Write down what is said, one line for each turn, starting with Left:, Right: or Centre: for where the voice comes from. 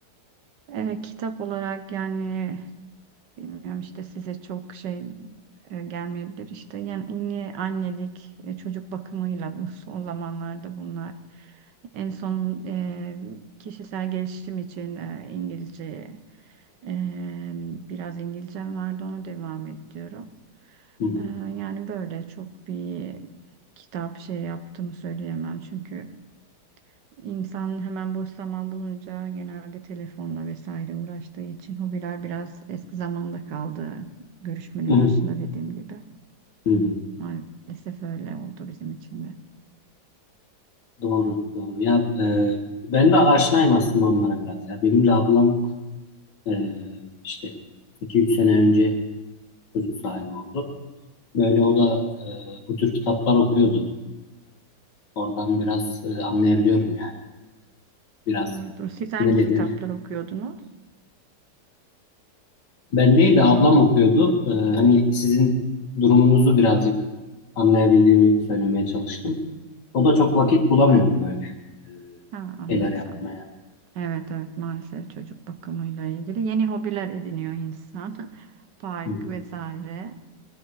Right: E, kitap olarak yani bilmiyorum işte size çok şey e, gelmeyebilir işte yani yeni annelik e, çocuk bakımıyla bu son zamanlarda bunlar en son e, kişisel gelişim için e, İngilizce e, biraz İngilizcem vardı onu devam ediyorum
Left: Hı hı.
Right: E, yani böyle çok bir kitap şey yaptığımı söyleyemem çünkü. İnsan hemen boş zaman bulunca genelde telefonla vesaire uğraştığı için hobiler biraz eski zamanda kaldı. Görüşmenin
Left: Hı hı.
Right: başında dediğim gibi.
Left: Hı hı.
Right: Maalesef öyle oldu bizim için de.
Left: Doğru, doğru. Ya e, ben de aşinayım aslında onlara biraz ya. Benim de ablam e, işte 2-3 sene önce çocuk sahibi oldu. Böyle o da e, bu tür kitaplar okuyordu. Oradan biraz e, anlayabiliyorum yani. Biraz
Right: Doğrudur. Siz hangi
Left: ne denir?
Right: kitaplar okuyordunuz?
Left: Ben değil de ablam okuyordu. Ee, hani sizin durumunuzu birazcık anlayabildiğimi söylemeye çalıştım. O da çok vakit bulamıyordu böyle e,
Right: Ha, anlatsam.
Left: şeyler yapmaya.
Right: Evet evet maalesef çocuk bakımıyla ilgili yeni hobiler ediniyor insan. <laughs> Park
Left: Hı hı,
Right: vesaire.